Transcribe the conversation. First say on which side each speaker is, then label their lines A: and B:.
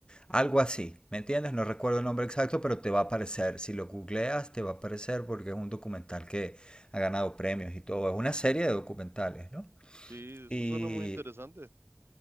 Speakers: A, on the left (about 25°); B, on the right (about 75°).
A: algo así, ¿me entiendes? No recuerdo el nombre exacto, pero te va a aparecer, si lo googleas, te va a aparecer porque es un documental que ha ganado premios y todo, es una serie de documentales, ¿no?
B: Sí, eso
A: Y
B: suena muy interesante.